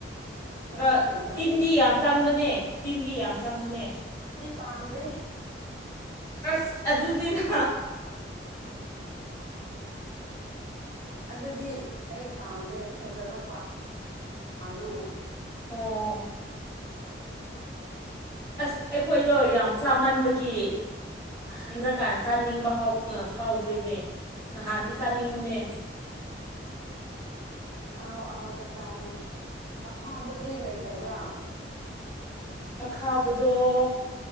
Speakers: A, on the right; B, on the left.
A: ꯗꯔꯀꯥꯔ
B: ꯑ
A: ꯂꯩꯕ
B: ꯇꯤꯟꯗꯤ
A: ꯑꯩꯗꯣ
B: ꯌꯥꯝ ꯆꯪꯕꯅꯦ ꯇꯤꯟꯗꯤ ꯌꯥꯝ ꯆꯪꯕꯅꯦ
A: ꯄꯥꯝꯗ
B: ꯑꯁ ꯑꯗꯨꯅꯤꯅ
A: ꯑꯗꯨꯗꯤ ꯑꯩ ꯄꯥꯝꯗꯦ ꯐꯖꯕ ꯄꯥꯝ ꯄꯥꯝꯃꯦ
B: ꯑꯣ ꯑꯁ ꯑꯩꯈꯣꯏꯗꯣ ꯌꯥꯝ ꯆꯥꯃꯟꯕꯒꯤ ꯍꯟꯗꯛꯀꯥꯟ ꯆꯥꯅꯤꯡꯕ ꯐꯥꯎꯕ ꯐꯥꯎꯗ꯭ꯔꯤꯅꯦ ꯅꯍꯥꯟꯗꯤ ꯆꯥꯅꯤꯡꯕꯅꯦ
A: <unintelligible> ꯑꯍꯥꯎ ꯑꯍꯥꯎꯕ ꯆꯥꯎꯅꯤ ꯑꯁꯥꯕꯗꯤ ꯂꯩꯇꯕ꯭ꯔꯥ
B: ꯑꯈꯥꯕꯗꯣ